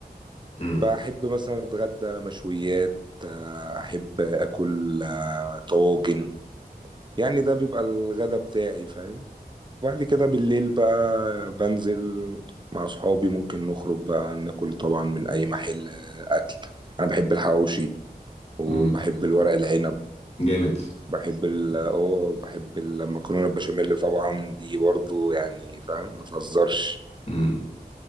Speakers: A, on the left; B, on the right.
A: امم
B: بحب مثلا أتغدى مشويات آه، أحب أكل آه، طواجن يعني ده بيبقى الغدا بتاعي فاهم وبعد كده بالليل بقى بنزل مع صحابي ممكن نخرج بقى ناكل طبعا من أي محل آه، أكل أنا بحب الحواوشي وبحب
A: امم
B: الورق العنب
A: جامد
B: بحب ال اه بحب المكرونة البشاميل طبعا دي برضو يعني فاهم ما تهزرش
A: مم.